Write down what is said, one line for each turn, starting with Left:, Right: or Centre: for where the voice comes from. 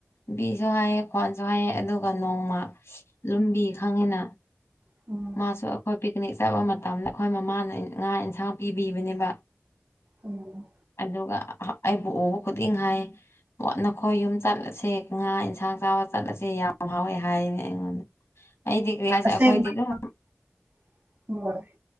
Left: ꯕꯤꯁꯨ ꯍꯥꯏꯌꯦ ꯈ꯭ꯋꯥꯣꯟꯁꯨ ꯍꯥꯏꯌꯦ ꯑꯗꯨ ꯑꯗꯨꯒ ꯅꯣꯡꯃ ꯂꯨꯝꯕꯤ ꯈꯪꯉꯤꯅ꯫
Right: ꯎꯝ꯫
Left: ꯃꯥꯁꯨ ꯑꯩꯈꯣꯏ ꯄꯤꯛꯅꯤꯛ ꯆꯠꯄ ꯃꯇꯝꯗ ꯑꯩꯈꯣꯏ ꯃꯃꯥꯅ ꯉꯥ ꯑꯦꯟꯁꯥꯡ ꯄꯤꯕꯤꯕꯅꯦꯕ
Right: ꯎꯝ
Left: ꯑꯗꯨꯒ ꯑꯩꯕꯨ ꯎꯕ ꯈꯨꯗꯤꯡ ꯍꯥꯏꯌꯦ ꯅꯈꯣꯏ ꯌꯨꯝ ꯆꯠꯂꯁꯦ ꯉꯥ ꯌꯦꯟꯁꯥꯡ ꯆꯥꯕ ꯆꯠꯂꯁꯦ ꯌꯥꯝ ꯍꯥꯎꯋꯦ ꯍꯥꯏꯅꯦ ꯑꯩꯉꯣꯟꯗ ꯑꯩꯗꯤ꯫ ꯀꯔꯤ ꯍꯥꯏꯁꯦ
Right: <unintelligible>
Left: ꯑꯩꯈꯣꯏꯗꯤ ꯑꯗꯨꯝ